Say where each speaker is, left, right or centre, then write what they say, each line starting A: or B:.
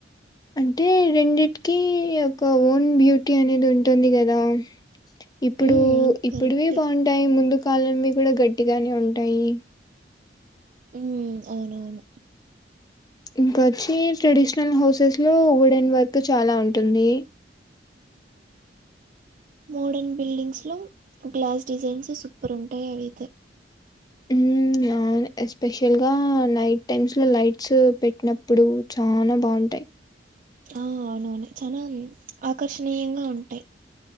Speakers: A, on the left; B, on the right.
A: అంటే రెండిటికి ఒక ఓన్ బ్యూటీ అనేది ఉంటుంది కదా ఇప్పుడు
B: ఉమ్
A: ఇప్పుడువి
B: కరెక్టే
A: బాగుంటాయి ముందు కాలమ్ది కూడా గట్టిగానే ఉంటాయి.
B: హ్మ్ అవునవును
A: ఇంకొచ్చి ట్రెడిషనల్ హౌసెస్ లో వుడెన్ వర్క్ చాలా ఉంటుంది
B: మోడర్న్ బిల్డింగ్స్ లో గ్లాస్ డిజైన్స్ సూపర్ ఉంటాయి అవైతే
A: మ్మ్ అవును ఎస్పెషల్ గా నైట్ టైమ్స్ లో లైట్స్ పెట్టినప్పుడు చానా బాగుంటాయి
B: ఆ అవునవును చాలా ఆకర్షణీయంగా ఉంటాయి